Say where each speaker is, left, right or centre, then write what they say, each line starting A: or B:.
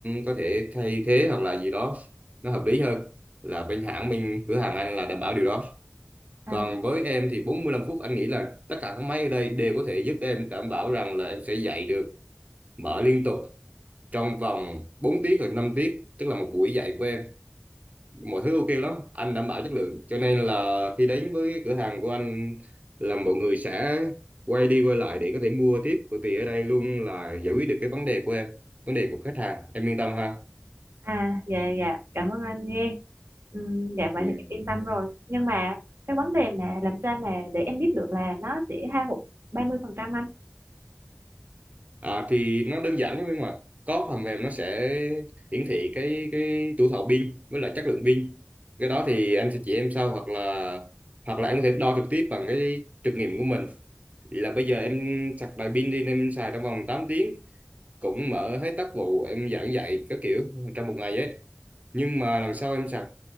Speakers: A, on the right; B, on the right.
A: có thể thay thế hoặc là gì đó nó hợp lý hơn là bên hãng bên cửa hàng anh là đảm bảo điều đó
B: À,
A: còn với em thì 45 phút anh nghĩ là tất cả các máy ở đây đều có thể giúp em đảm bảo rằng là em sẽ dạy được mở liên tục trong vòng 4 tiết hoặc 5 tiết tức là một buổi dạy của em mọi thứ ok lắm anh đảm bảo chất lượng cho nên là khi đến với cửa hàng của anh là mọi người sẽ quay đi quay lại để có thể mua tiếp bởi vì ở đây luôn là giải quyết được cái vấn đề của em vấn đề của khách hàng em yên tâm ha
B: À, dạ dạ, cảm ơn anh nghe. Ừm, dạ
A: ừ.
B: vậy thì em yên tâm rồi. Nhưng mà cái vấn đề mà làm sao mà để em biết được là nó sẽ hao hụt 30% anh.
A: À, thì nó đơn giản lắm em ạ có phần mềm nó sẽ hiển thị cái cái tuổi thọ pin với lại chất lượng pin cái đó thì anh sẽ chỉ em sau hoặc là hoặc là anh có thể đo trực tiếp bằng cái trực nghiệm của mình Vậy là bây giờ em sạc đầy pin đi em xài trong vòng 8 tiếng cũng mở hết tác vụ em giảng dạy các kiểu trong một ngày ấy nhưng mà lần sau em sạc